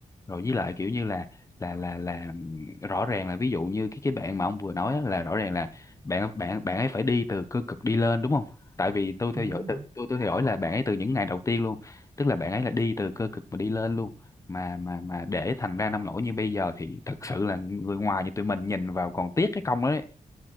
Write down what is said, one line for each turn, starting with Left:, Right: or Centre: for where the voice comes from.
Left: rồi với lại kiểu như là là là là ừm, rõ ràng là ví dụ như cái cái bạn mà ông vừa nói á, là rõ ràng là bạn bạn bạn ấy phải đi từ cơ cực đi lên đúng không tại vì tôi
Right: ừ,
Left: theo dõi
Right: đúng rồi
Left: từ tôi tôi theo dõi là bạn ấy từ những ngày đầu tiên luôn tức là bạn ấy là đi từ cơ cực mà đi lên luôn mà mà mà để thành ra nông nổi như bây giờ thì thật sự là người ngoài như tụi mình nhìn vào còn tiếc cái công đó đấy